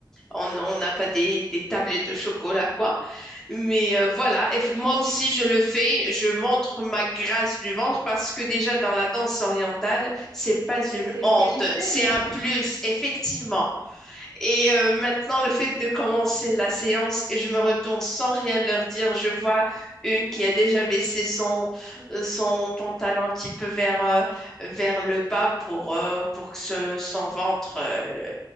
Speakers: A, in the centre; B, on the right (about 50°).
A: On on n'a pas des, des tablettes de chocolat, quoi. Mais euh, voilà, et f- moi aussi je le fais, je montre ma grâce du ventre parce que déjà dans la danse orientale, c'est pas
B: Bah,
A: une
B: c'est une
A: honte,
B: qualité,
A: c'est
B: non?
A: un plus, effectivement. Et euh, maintenant le fait de commencer la séance et je me retourne sans rien leur dire, je vois une qui a déjà baissé son euh, son pantalon un petit peu vers euh, vers le bas pour euh, pour que ce- son ventre euh,